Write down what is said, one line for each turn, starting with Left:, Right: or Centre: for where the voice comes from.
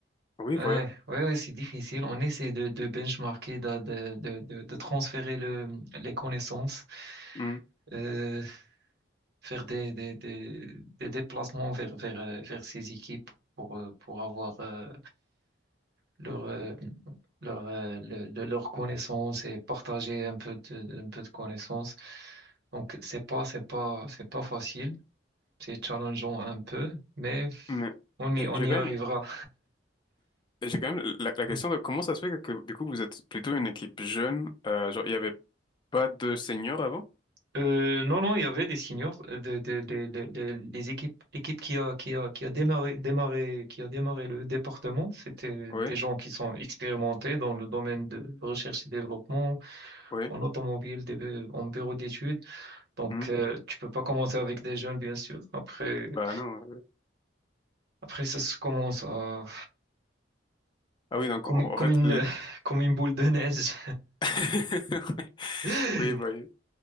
Left: Oui,
Right: ouais
Left: voilà.
Right: ouais ouais c'est difficile on essaie de de benchmarker de de de de, de transférer le les connaissances
Left: Hmm.
Right: euh, faire des des des des déplacements vers vers euh, vers ces équipes pour euh, pour avoir euh, leur euh, leur euh, le- le- leurs connaissances et partager un peu de de- un peu de connaissances donc c'est pas c'est pas c'est pas facile c'est challengeant un peu, mais
Left: Mais
Right: On y,
Left: euh,
Right: on
Left: j'ai
Right: y
Left: quand
Right: arrivera.
Left: même, j'ai quand même la, la
Right: <laughs>
Left: question de comment ça se fait que, que, du coup, vous êtes plutôt une équipe jeune. euh, genre, il n'y avait pas de seniors avant?
Right: Euh, non, non, il y avait des seniors, euh, de, de, de- de- de- les équipes, l'équipe qui a, qui a, qui a démarré, démarré, qui a démarré le département, c'était
Left: Oui,
Right: des gens qui sont expérimentés dans le domaine de recherche et développement,
Left: oui.
Right: en automobile, des bu- en bureau d'études. Donc,
Left: Hmm.
Right: euh, tu peux pas commencer avec des jeunes, bien sûr. Après,
Left: Bah non. oui.
Right: après, ça se commence à,
Left: Ah oui, donc,
Right: comme,
Left: en,
Right: comme
Left: en fait...
Right: une,
Left: l-
Right: <laughs> comme une boule de neige.
Left: <laughs>
Right: <laughs>
Left: Oui, oui.